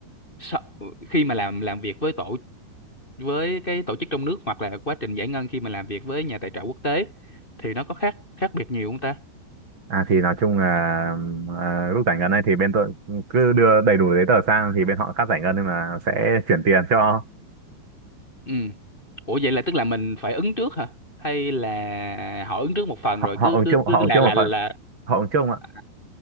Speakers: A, on the left; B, on the right.
A: sau- khi mà làm làm việc với tổ với cái tổ chức trong nước hoặc là quá trình giải ngân khi mà làm việc với nhà tài trợ quốc tế thì nó có khác khác biệt nhiều không ta
B: à thì nói chung là à, lúc giải ngân ấy thì bên tôi cứ đưa đầy đủ giấy tờ sang thì bên họ cắt giải ngân nhưng mà sẽ chuyển tiền cho
A: Ừ. Ủa vậy là tức là mình phải ứng trước hả? Hay là họ ứng trước một phần
B: họ
A: rồi
B: họ
A: cứ
B: ứng
A: cứ
B: chung họ
A: cứ là
B: ứng chung
A: là
B: một phần
A: là
B: họ ứng chung ạ
A: à,